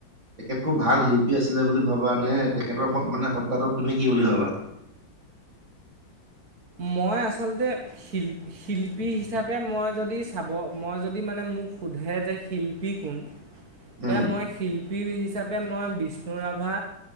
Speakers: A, on the right; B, on the right.
A: তেখেত খুব ভাল শিল্পী আছিলে বুলি ভাবা নে তেখেতৰ মানে সত্তাটোক তুমি কি বুলি ভাবা?
B: মই আচলতে শিল শিল্পী হিচা পে মই যদি চাব, মই যদি মানে মোক সোধে যে শিল্পী কোন
A: উম
B: এয়া মই শিল্পী হিচাপে মই বিষ্ণু ৰাভা,